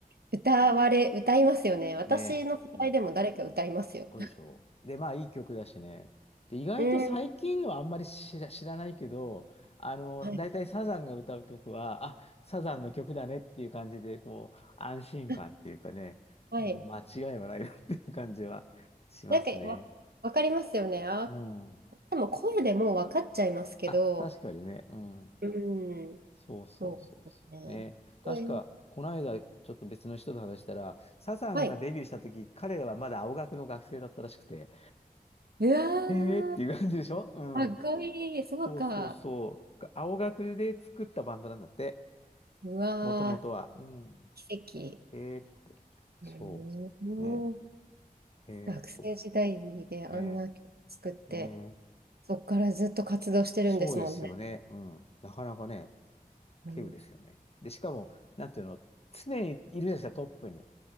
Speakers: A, on the right (about 80°); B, on the left (about 40°).
A: 歌われ、歌いますよね。私の世代でも誰か歌いますよ。
B: ね。うんそうでしょう。で、まあ、いい曲だしね。で、意外と最近のはあんまり知ら、
A: うん。
B: 知らないけど、あの、
A: はい。
B: 大体サザンが歌う曲は、あ、サザンの曲だねっていう感じで、こう、安心感っていうかね、
A: <laughs> はい。
B: うん間違いはないなっていう感じはしますね。
A: なんかわ、わかりますよね。あ、
B: うん。
A: でも声でもうわかっちゃいますけど。
B: あ、確かにね。うん。
A: うん。
B: そうそうそうそう。
A: そうですね。
B: ね。確か、
A: うん
B: この間、ちょっと別の人と話したら、サザンがデビューした時、
A: はい。
B: 彼らはまだ青学の学生だったらしくて、
A: うわー、
B: えーっていう感じでしょうん。
A: かっこいい。そうか。
B: そうそうそう。青学で作ったバンドなんだって。
A: うわ
B: もともとは。うん。
A: ー、奇跡。
B: えー、そう。
A: うーん
B: ね。えー、
A: 学生時代であんな曲作って、
B: そう。ね。ね。
A: そこからずっと活動してるんですもんね。
B: そうですよね。うん。なかなかね、
A: うん
B: 稀有ですよね。で、しかも、なんていうの、常にいるじゃないですか、トップに。